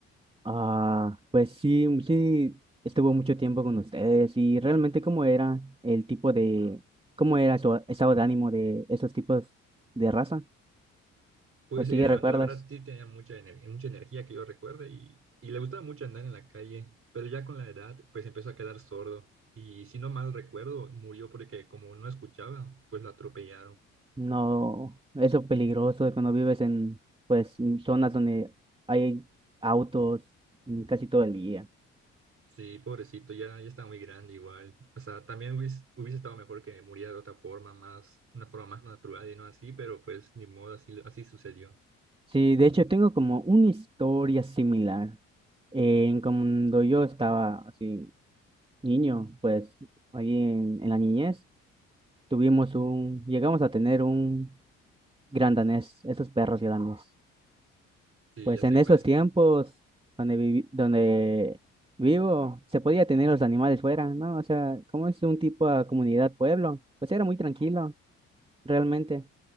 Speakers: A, on the right; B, on the right.
A: Ah, pues sí, sí, estuvo mucho tiempo con ustedes y realmente cómo era el tipo de, cómo era su estado de ánimo de esos tipos de raza.
B: Pues
A: O si
B: era,
A: recuerdas,
B: la verdad, sí tenía mucha, ener- mucha energía que yo recuerde y, y le gustaba mucho andar en la calle, pero ya con la edad, pues empezó a quedar sordo y si no mal recuerdo, murió porque como no escuchaba, pues lo atropellaron.
A: no, eso peligroso de cuando vives en, pues, en zonas donde hay autos mm, casi todo el día.
B: Sí, pobrecito, ya, ya está muy grande igual. O sea, también hubiese, hubiese estado mejor que muriera de otra forma, más, una forma más natural y no así, pero pues ni modo, así, así sucedió.
A: Sí, de hecho tengo como una historia similar. En cuando yo estaba así, niño, pues, ahí en en la niñez. Tuvimos un, llegamos a tener un gran danés, esos perros grandes.
B: Sí,
A: Pues
B: ya
A: en
B: sé
A: esos
B: cuál es.
A: tiempos donde vivi- donde vivo, se podía tener los animales fuera, ¿no? O sea, como es un tipo de comunidad pueblo, pues era muy tranquilo, realmente.